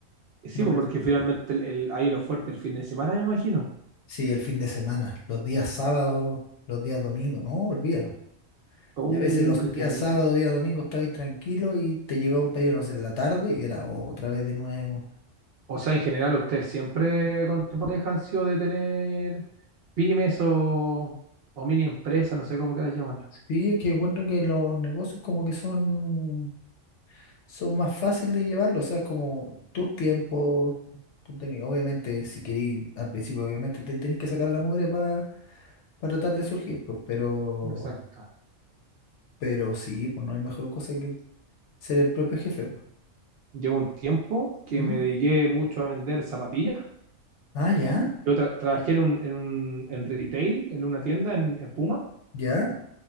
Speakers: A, on the right; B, on the left.
A: Y Sí,
B: No
A: pues,
B: pens-
A: porque finalmente el, el- ahí lo fuerte el fin de semana, me imagino.
B: Sí, el fin de semana, los días sábados, los días domingos, no, olvídalo.
A: Oh,
B: Y a veces los
A: qué
B: días
A: terrible.
B: sábado días domingo estabas tranquilo y te llegaba un pedido, no sé, en la tarde y era otra vez de nuevo.
A: O sea, en general, ustedes siempre con tu pareja han sido de tener pymes o, o mini empresas, no sé cómo quieras llamarlo.
B: Sí, es que encuentro que los negocios como que son son más fáciles de llevarlo, o sea, es como tus tiempos, tú tenés, obviamente, si querís, al principio obviamente te tenés que sacar la mugre para, para tratar de surgir, pues, pero,
A: Exacto.
B: pero sí, pues no hay mejor cosa que ser el propio jefe, pues.
A: Llevo un tiempo que
B: ¿Mm?
A: me dediqué mucho a vender zapatillas.
B: Ah, ya,
A: Yo tra- trabajé en un, en un- en retail, en una tienda en, en Puma,
B: ya,